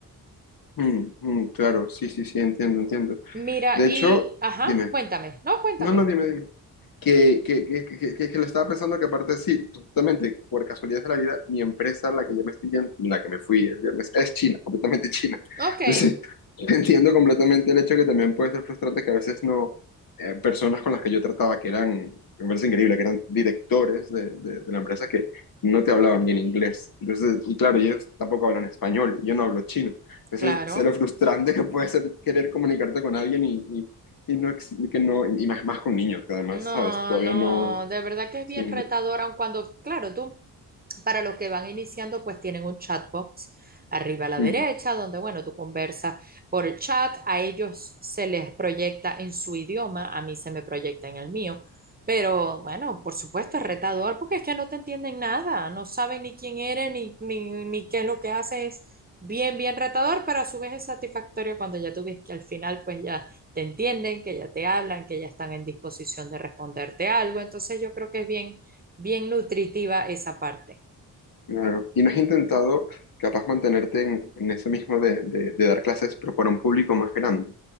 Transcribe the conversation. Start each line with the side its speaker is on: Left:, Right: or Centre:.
Left: Mm, mm, claro, sí, sí, sí, entiendo, entiendo.
Right: Mira,
Left: De hecho,
Right: y, ajá,
Left: dime.
Right: cuéntame, no, cuéntame.
Left: No, no, dime, dime. Que, que, que, que, que, que lo estaba pensando que aparte sí, justamente por casualidad de la vida, mi empresa, la que yo me estoy yendo, la que me fui el viernes, es China, completamente China.
Right: Ok,
Left: Entonces, <laughs> entiendo completamente el hecho que también puede ser frustrante que a veces no, eh, personas con las que yo trataba, que eran, me parece increíble, que eran directores de, de, de la empresa que no te hablaban bien inglés. Entonces, y claro, ellos tampoco hablan español, yo no hablo chino. Entonces,
Right: claro.
Left: sé lo frustrante que puede ser querer comunicarte con alguien y, y no, ex- que no, y más, más con niños, que además,
Right: No,
Left: ¿sabes? Todavía
Right: no,
Left: no,
Right: de verdad que es
Left: sí,
Right: bien retador, aun cuando, claro, tú, para los que van iniciando, pues tienen un chatbox arriba a la
Left: ujú,
Right: derecha, donde, bueno, tú conversas por el chat, a ellos se les proyecta en su idioma, a mí se me proyecta en el mío, pero bueno, por supuesto es retador porque es que no te entienden nada, no saben ni quién eres, ni, ni, ni qué es lo que haces, es bien, bien retador, pero a su vez es satisfactorio cuando ya tú ves que al final, pues ya te entienden, que ya te hablan, que ya están en disposición de responderte algo. Entonces yo creo que es bien, bien nutritiva esa parte.
Left: claro. Y no has intentado capaz mantenerte en, en eso mismo de, de- de dar clases, pero para un público más grande.